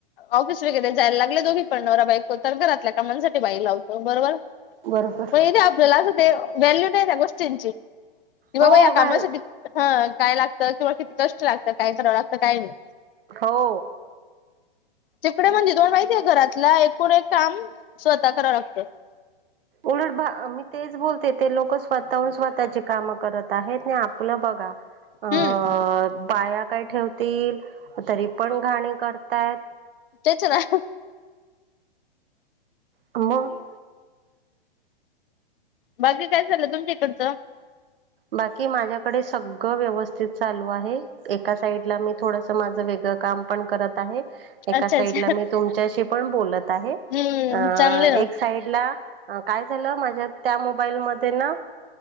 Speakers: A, on the left; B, on the right.
A: ऑफिस वगैरे जायला लागले दोघीपण, नवरा- बायको तर घरातल्या कामांसाठी बाई लावतो, बरोबर?
B: बरोबर
A: म इतेे आपल्याला अस ते, व्हॅल्यू नाही त्या गोष्टींची. कि बाबा
B: हो
A: या
B: व्हॅल
A: कामासाठी, हं काय लागतं किंवा किती कष्ट लागत? काय कराव लागत, काय नाही?
B: हो.
A: तिकडे म्हजे दोन माहिती का घरात? नाय पुढे काम स्वतः करा लागत.
B: उलट मी तेच बोलते ते लोक स्वतःहून स्वतःची कामं करत आहेत ना आपलं बघा. अ
A: हम्म.
B: बाया काय ठेवती तरी पण घाण करताय.
A: तेच ना.
B: म.
A: बाकी काय झाल तुमच्या इकडच?
B: बाकी माझ्याकडे सगळ व्यवस्थित चालू आहे. एका साइडला मी थोडस माझ वेगळ काम पण करत आहे, एका
A: अच्छा
B: साइडला
A: अच्छा
B: मी तुमच्या शि पण बोलत आहे.
A: हम्म
B: अं
A: चांगले ना
B: एक साईडला अ काय झालं माझ्या त्या मोबाईल मध्ये ना